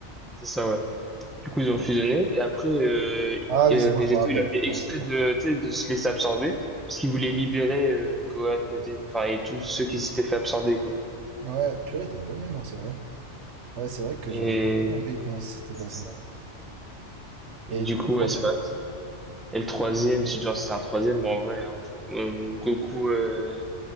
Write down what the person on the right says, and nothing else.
Ah
oui,
c'est
bon, je me rappelle.
Ouais,
c'est bon.
Ouais, purée, t'as une bonne mémoire, c'est vrai. Ouais, c'est vrai que
j'avais complètement oublié comment ça s'était
passé.
Et
du
coup, le troisième?